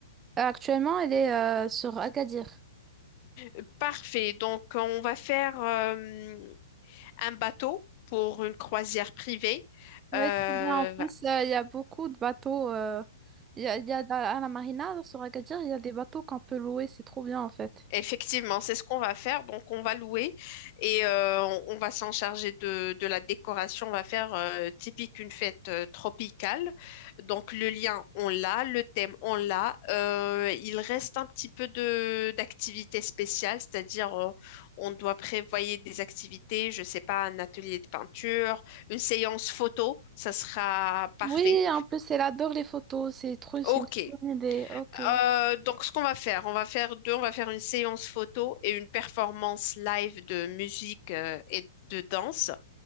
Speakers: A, on the right; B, on the left.
A: Euh, Actuellement, elle est euh, sur Agadir.
B: Euh, Parfait. Donc, on va faire euh, un bateau pour une croisière privée.
A: Oui,
B: Euh,
A: très bien. En plus, euh, il y a beaucoup de bateaux. euh, Il y a, il y a dans- à la marina sur Agadir, il y a des bateaux qu'on peut louer. C'est trop bien en fait.
B: Effectivement, c'est ce qu'on va faire. Donc, on va louer et euh, on, on va s'en charger de, de la décoration. On va faire euh, typique une fête euh, tropicale. Donc, le lien, on l'a, le thème, on l'a. Euh, il reste un petit peu de d'activités spéciales, c'est-à-dire euh, on doit prévoyer des activités, je sais pas, un atelier de peinture, une séance photo, ça sera parfait.
A: Oui, en plus, elle adore les photos. C'est trop,
B: Ok,
A: c'est une très bonne idée. Ok.
B: euh, donc, ce qu'on va faire, on va faire deux, on va faire une séance photo et une performance live de musique euh, et de danse.